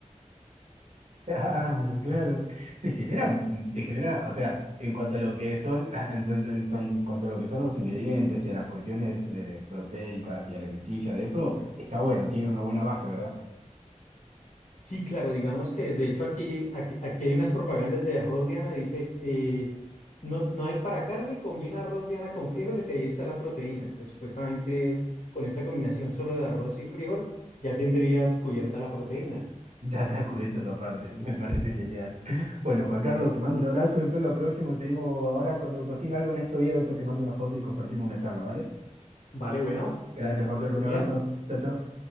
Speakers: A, on the right; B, on the left.
A: Claro, claro. Te genera, mm, te genera, o sea, en cuanto a lo que son, <laughs> en, en- en- en cuanto a lo que son los ingredientes y a las cuestiones eh, proteicas y alimenticias de eso, está bueno, tiene una buena base, ¿verdad? <laughs>
B: Sí, claro, digamos que de hecho aquí, aquí, aquí hay unas propagandas de arroz Diana, dice, eh, no, no hay para carne, combina arroz Diana con frijoles y ahí está la proteína. Entonces, supuestamente con esta combinación solo de arroz y frijol, ya tendrías cubierta la proteína.
A: Ya está cubierto esa parte, <laughs> me parece genial. Bueno, Juan Carlos, te mando un abrazo, después lo próximo seguimos ahora cuando cocina algo en estos días, después te mando una foto y compartimos una charla, ¿vale?
B: Vale, bueno,
A: Gracias, Juan
B: que
A: Carlos,
B: estés
A: un
B: bien.
A: abrazo. Chao, chao.